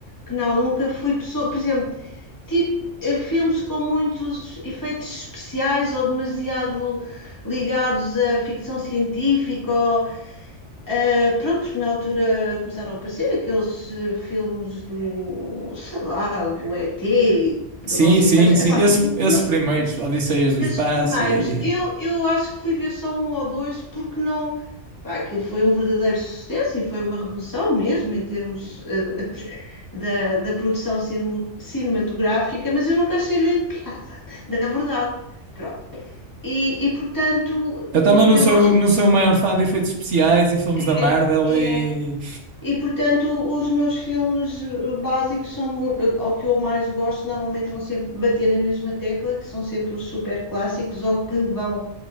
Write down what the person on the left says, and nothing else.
que não, nunca fui pessoa. Por exemplo, tipo, eh, filmes com muitos efeitos especiais ou demasiado ligados à ficção científica. Ou, eh, pronto, na altura começaram a aparecer aqueles eh, filmes do, sei lá, do ET, do
não sei
quantos. Epá,
<laughs>
n-
esses
primeiros,
eu, eu acho que fui ver só um ou dois, porque não. Pá, aquilo foi um verdadeiro sucesso e foi uma revolução mesmo em termos eh, da, da produção cinemo- cinematográfica, mas eu nunca achei grande piada, <laughs> na verdade. Pronto. E, e portanto,
o,
eu
acho
que
é,
é. E portanto, os meus filmes eh, básicos são mu- eh, ao que eu mais gosto, normalmente vão sempre bater na mesma tecla, que são sempre os super clássicos ou que vão